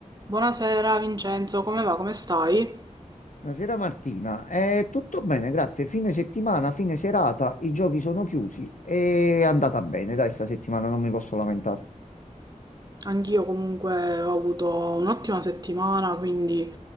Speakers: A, on the right; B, on the left.
A: Buonasera Vincenzo, come va? Come stai?
B: Buonasera Martina, Eh, tutto bene, grazie. Fine settimana, fine serata, i giochi sono chiusi. È andata bene, dai, sta settimana non mi posso lamentare.
A: Anch'io comunque ho avuto un'ottima settimana, quindi